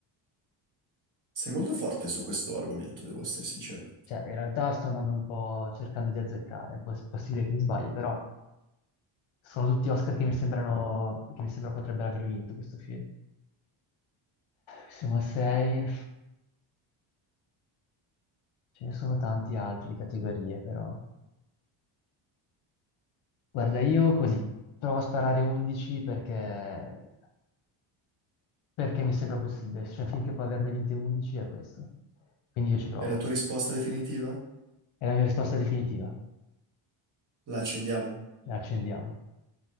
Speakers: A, on the right; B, on the left.
A: Sei molto forte su questo argomento, devo essere sincero.
B: Cioè, in realtà sto andando un po' cercando di azzeccare, Pos- possibile che mi sbagli, però sono tutti Oscar che mi sembrano, che mi sembra potrebbero aver vinto questo film. Siamo a sei, ce ne sono tanti altri di categorie, però. Guarda, io così, provo a sparare 11 perché, perché mi sembra possibile. Se C'è un film che può averne vinte 11 è questo. Quindi io ci provo.
A: È la tua risposta definitiva?
B: È la mia risposta definitiva.
A: La accendiamo?
B: La accendiamo.